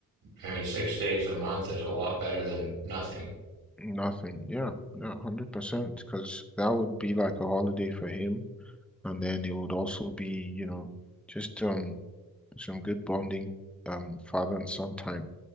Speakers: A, on the right (about 70°); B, in the centre.
A: I mean, six days a month is a lot better than nothing,
B: Nothing. Yeah, yeah, 100%. Because that would be like a holiday for him. And then it would also be, you know, just um some good bonding um father and son time.